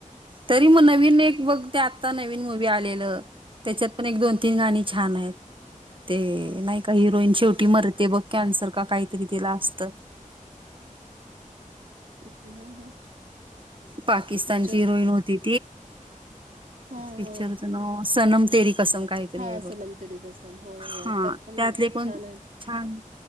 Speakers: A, on the right; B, on the right.
A: तरी मग नवीन एक बघ ते आत्ता नवीन मुवी आलेलं त्याच्यात पण एक दोन तीन गाणी छान आहेत‌. ते नाही का हिरोईन शेवटी मरते बघ कॅन्सर का काहीतरी तीला असतं.
B: कुठलं ग?
A: पाकिस्तानची
B: पिक्चर
A: हिरोईन होती.
B: हां
A: पिक्चरच
B: हां
A: नाव सनम तेरी कसम काय हाय
B: हां
A: बघ
B: सनम तेरी कसम होय
A: हा
B: होय त्यात
A: त्यातले पण
B: छान आहेत
A: छान